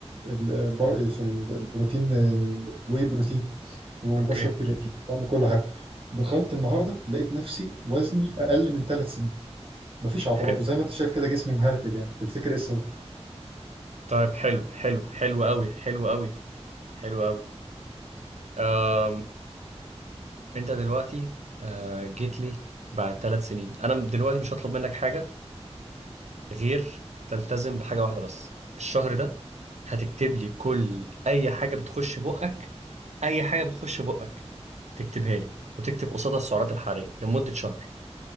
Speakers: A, on the right (about 55°); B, on the right (about 80°).
A: البر
B: مم.
A: إيه، سوري البروتين آه، الواي بروتين وبشرب
B: اوكي
A: كرياتين بعمل كل حاجه دخلت النهارده لقيت نفسي وزني اقل من ثلاث سنين مفيش عضلات
B: حلو
A: وزي ما انت شايف كده جسمي مهرتل يعني تفتكر ايه السبب
B: طيب حلو حلو حلو قوي حلو قوي حلو قوي أم... انت دلوقتي آه، جيت لي بعد ثلاث سنين انا دلوقتي مش هطلب منك حاجة غير تلتزم بحاجة واحدة بس الشهر ده هتكتب لي كل اي حاجة بتخش بقك اي حاجة بتخش بقك تكتبها لي وتكتب قصادها السعرات الحرارية لمدة شهر